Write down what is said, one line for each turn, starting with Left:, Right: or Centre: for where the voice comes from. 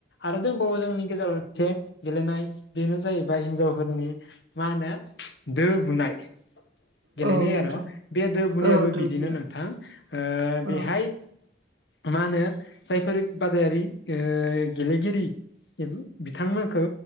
Left: आरो दंबावो जोंनि गेजेराव मोनसे गेलेनाय बेनो जाहैबाय हिन्जावफोरनि मा होनो दो बुनाय। गेलेनाय
Right: औ नोंथां
Left: आर' बे दो बुनायाबो
Right: औ दुब्लिया
Left: बिदिनो नोंथां
Right: औ
Left: बेहाय मा होनो जायफोर बादायारि गेलेगिरि बिथांमोनखो